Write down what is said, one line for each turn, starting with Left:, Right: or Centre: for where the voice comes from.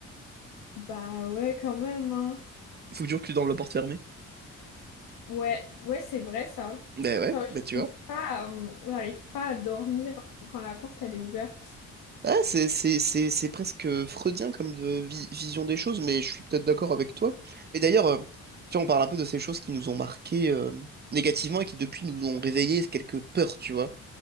Left: Bah ouais, quand même, hein.
Right: Faut toujours que tu dormes la porte fermée.
Left: Ouais, ouais, c'est vrai, ça.
Right: Ben ouais,
Left: Genre,
Right: ben tu
Left: j'arrive
Right: vois.
Left: pas, à- j'arrive pas à dormir quand la porte, elle est ouverte.
Right: Ah, c'est c'est- c'est- c'est presque freudien comme de vi- vision des choses, mais je suis peut-être d'accord avec toi. Mais d'ailleurs, euh, tu vois, on parle un peu de ces choses qui nous ont marqués euh, négativement et qui depuis nous ont réveillé quelques peurs, tu vois.